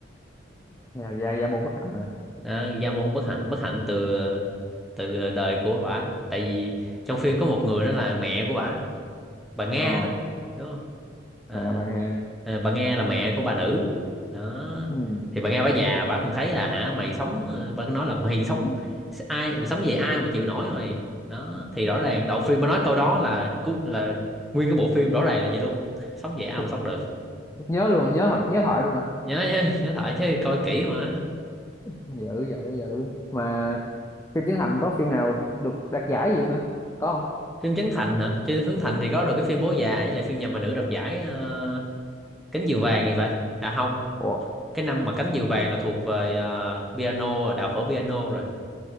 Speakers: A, on the left; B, in the centre.
A: Dạ dạ dạ một bức ảnh mà
B: à, gia môn bất hạnh bất hạnh từ ờ, từ đời của bả tại vì trong phim có một người đó là mẹ của bả bà Nga
A: Ờ,
B: đó đúng không Ờ,
A: à, bạn nghe.
B: ờ, bà Nga là mẹ của bà nữ đó
A: Ừm,
B: thì bà Nga bà già bà còn thấy là hả mày sống ờ, bà cứ nói là mày <laughs> sống ai mày sống vậy ai mà chịu nổi mày đó thì rõ ràng đầu phim bà nói câu đó là cú là nguyên cái bộ phim rõ ràng là vậy luôn sống vậy ai
A: phúc-
B: mà sống được
A: phúc Nhớ luôn, à, nhớ hồi- nhớ thoại luôn à.
B: nhớ nhớ, nhớ thoại chứ coi kỹ mà
A: Dữ dữ dữ. Mà phim Trấn Thành có phim nào được đạt giải gì không ta? Có không?
B: phim Trấn Thành hả trên Trấn Thành thì có được cái phim Bố già với lại phim Nhà bà nữ đoạt giải ờ, cánh diều vàng thì phải à không
A: Ủa,
B: cái năm mà cánh diều vàng là thuộc về ờ, piano rồi, đạo phở piano rồi